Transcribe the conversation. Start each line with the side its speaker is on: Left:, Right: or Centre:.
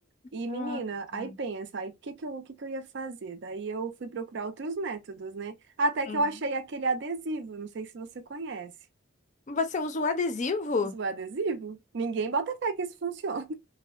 Right: E
Left: Ah,
Right: menina,
Left: tá.
Right: aí pensa, aí o que que eu, o que que eu ia fazer? Daí eu fui procurar outros métodos, né? Até
Left: Uhum.
Right: que eu achei aquele adesivo, não sei se você conhece.
Left: Você usa o adesivo?
Right: Usa o adesivo? Ninguém bota fé que isso funciona.